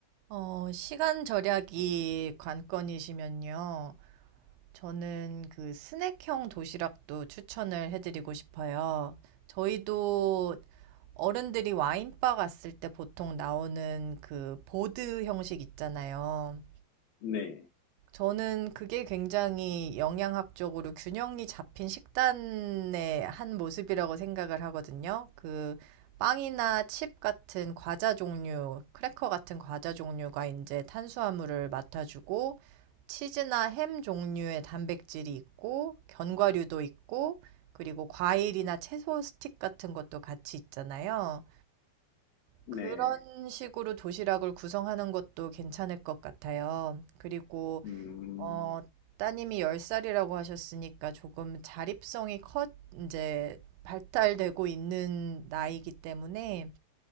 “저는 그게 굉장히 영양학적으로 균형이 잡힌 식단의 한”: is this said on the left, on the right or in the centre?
Right